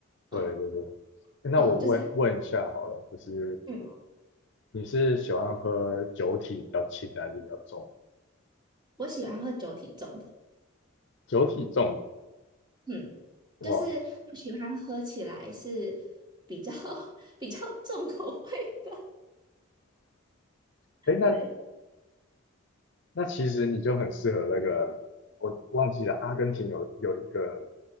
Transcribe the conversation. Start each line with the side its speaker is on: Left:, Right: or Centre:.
Left: 对对对。
Right: 嗯
Left: 那我问问一下好了，
Right: 嗯，就是
Left: 就是
Right: 嗯，
Left: 你是喜欢喝酒体比较轻的还是比较重？
Right: 我喜欢喝酒体重的，
Left: 酒体重的，
Right: 嗯，
Left: 哇，
Right: 就是我喜欢喝起来是比较 <laughs> 比较重口味的。
Left: 哎，那
Right: 对，
Left: 那其实你就很适合那个，我忘记了，阿根廷有有一个